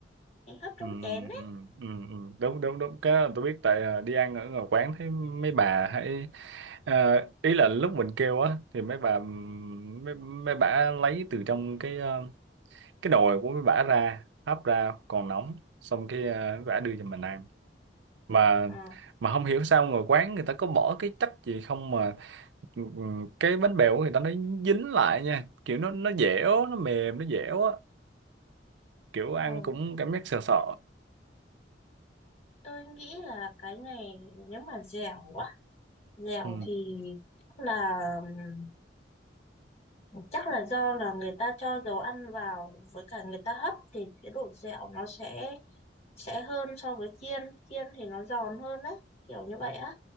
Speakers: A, on the left; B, on the right.
A: mình hấp trong
B: Ừ,
A: chén ấy
B: ừ, ừ, ừ. Đúng đúng đúng cái đó tôi biết tại à, đi ăn ở ngoài quán thấy mấy bà hay à, ý là lúc mình kêu á thì mấy bà ừm, mấy, mấy bà lấy từ trong cái ờ, cái nồi của mấy bà ra hấp ra còn nóng xong cái ờ, mấy bà đưa cho mình ăn mà
A: Ờ,
B: mà không hiểu sao ngồi quán người ta có bỏ cái chất gì không mà ừ, ừ, cái bánh bèo của người ta nó dính lại nha kiểu nó nó dẻo nó mềm nó dẻo á kiểu ăn
A: ờ,
B: cũng cảm giác sợ sợ
A: tôi nghĩ là cái này nếu mà dẻo quá dẻo
B: ừ.
A: thì là um, chắc là do là người ta cho dầu ăn vào với cả người ta hấp thì cái độ dẻo nó sẽ sẽ hơn so với chiên chiên thì nó giòn hơn á kiểu như vậy á